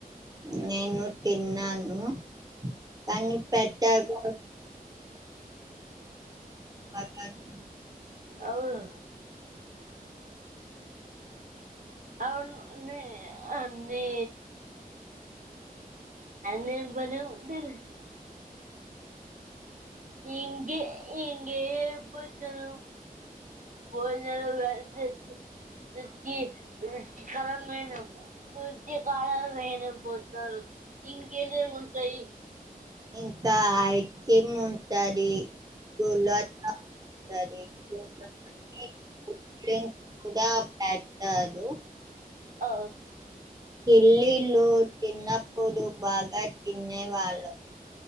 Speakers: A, on the right (about 25°); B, on the right (about 60°).
A: నేను కూడా తిన్నాను కానీ పెద్దగా పద్నాలుగు
B: అవును అవును నె అన్నీ అన్ని బలె ఉండయి రా ఇంగ్ ఇంగే ఎప్పుడు చూడు పోన్ <unintelligible> కరెంట్ పోయిండ నత్య కాలాలు నేనే పోతున్నారు ఇంకేదె ఉంటాయి
A: ఇంకా ఐస్ క్రీమ్ ఉంటంది గులాబ్ <unintelligible> కూడా పెట్టదు
B: ఆ
A: తెలిలే ఇప్పుడు చిన్నప్పుడు బాగా తినె వాళ్ళం